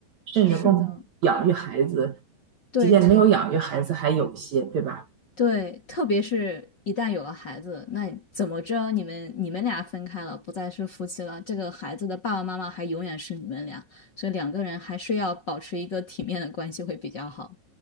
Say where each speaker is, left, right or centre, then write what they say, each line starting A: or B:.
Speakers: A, on the right; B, on the left.
A: 甚至共同养育孩子，
B: 是的，对，
A: 即便没有养育孩子，还有一些，对吧？
B: 对，特别是一旦有了孩子，那怎么着你们你们俩分开了，不再是夫妻了，这个孩子的爸爸妈妈还永远是你们俩，所以两个人还是要保持一个体面的关系会比较好。